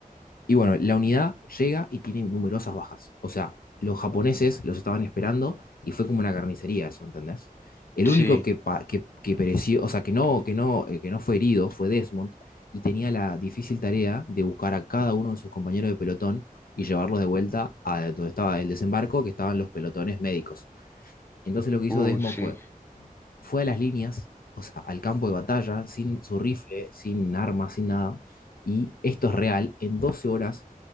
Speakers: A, on the left; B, on the left.
A: Y bueno, la unidad llega y tiene numerosas bajas. O sea, los japoneses los estaban esperando y fue como una carnicería eso, ¿entendés? El
B: Sí.
A: único que, pa- que, que pereció, o sea, que no, que, no, eh, que no fue herido fue Desmond y tenía la difícil tarea de buscar a cada uno de sus compañeros de pelotón y llevarlos de vuelta a donde estaba el desembarco, que estaban los pelotones médicos. Entonces lo que hizo
B: Uh,
A: Desmond
B: sí.
A: fue fue a las líneas, o sea, al campo de batalla, sin su rifle, sin armas, sin nada. Y esto es real, en 12 horas